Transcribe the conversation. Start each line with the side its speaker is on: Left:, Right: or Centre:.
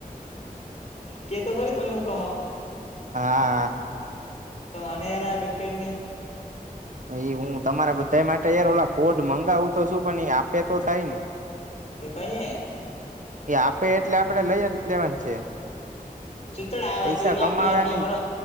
Left: કેતો ખરી ત એવું કમાવ.
Right: હા હા.
Left: તો મને એલા કે કેટની
Right: એ હું તમારા બધા માટે યાર ઓલા કોડ મંગાવું તો છું પણ એ આપે તો થાય ને
Left: તે કહી
Right: એ આપે એટલે આપડે લઈ જ લેવા છે.
Left: ચૂત આ
Right: પૈસા
Left: વાત
Right: કમાવાની
Left: આપણી વાતો સાંભળ